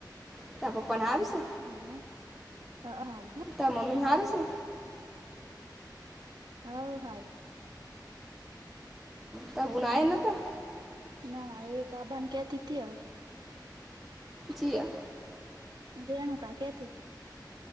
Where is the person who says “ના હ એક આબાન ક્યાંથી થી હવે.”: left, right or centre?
Right